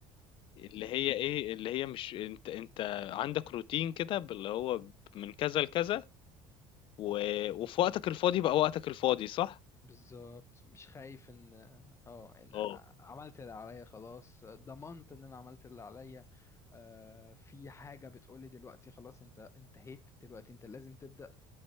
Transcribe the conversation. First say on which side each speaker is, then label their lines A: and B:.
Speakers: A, on the left; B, on the left.
A: اللي هي إيه، اللي هي مش أنت أنت عندك روتين كده ب اللي هو من كذا لكذا و وفي وقتك الفاضي بقى وقتك الفاضي، صح؟
B: بالظبط مش خايف ان اه ان
A: آه،
B: عملت اللي عليا خلاص ضمنت ان انا عملت اللي عليا آه، في حاجة بتقولي دلوقتي خلاص انت انتهيت دلوقتي انت لازم تبدأ